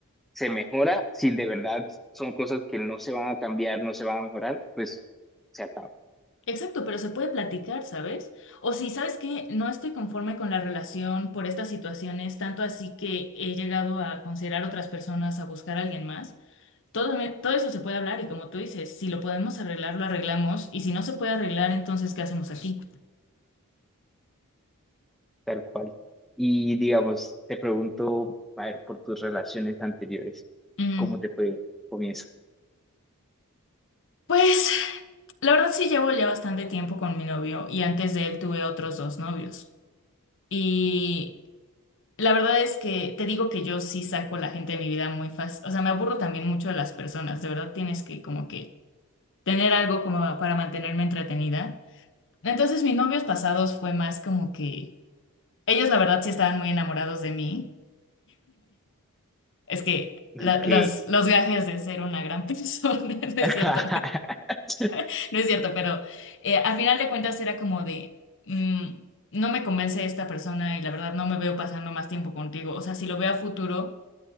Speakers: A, in the centre; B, on the left.
A: se mejora. Si de verdad son cosas que no se van a cambiar, no se van a mejorar, pues se acaba.
B: exacto, pero se puede platicar, ¿sabes? O si, ¿sabes que No estoy conforme con la relación por estas situaciones, tanto así que he llegado a considerar otras personas, a buscar a alguien más. Todo, me- todo eso se puede hablar y como tú dices, si lo podemos arreglar, lo arreglamos y si no se puede arreglar, entonces, ¿qué hacemos aquí?
A: tal cual. Y digamos, te pregunto, a ver, por tus relaciones anteriores,
B: Mm,
A: ¿cómo te fue con eso?
B: Pues... La verdad sí llevo ya bastante tiempo con mi novio y antes de él tuve otros dos novios. Y la verdad es que te digo que yo sí saco la gente de mi vida muy fácil. O sea, me aburro también mucho de las personas. De verdad tienes que como que tener algo como para mantenerme entretenida. Entonces mis novios pasados fue más como que ellos la verdad sí estaban muy enamorados de mí. Es que la-
A: Ok.
B: los, los gajes de ser una gran <laughs> persona, <laughs> no
A: <laughs>
B: es cierto, <laughs> No es cierto, pero eh, al final de cuentas era como de, mm, no me convence esta persona y la verdad no me veo pasando más tiempo contigo. O sea, si lo veo a futuro,